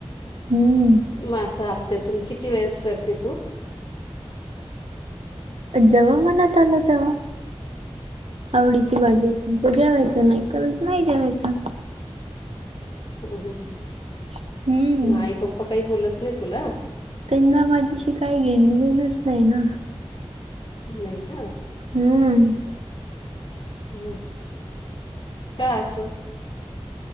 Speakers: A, on the right; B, on the left.
A: हम्म
B: मासा हप्त्यातून किती वेळेस करते तू?
A: जेव्हा मनात आल तेव्हा आवडीची
B: हम्म
A: भाजी होती. जेवायचं नाही तर नाही जेवायचं.
B: ह हा ह
A: हम्म
B: मग आई पप्पा काही बोलत नाही तुला.
A: त्यांना माझ्याशी काही घेण देणच नाही ना.
B: नाही का
A: हम्म
B: हम्म काय असं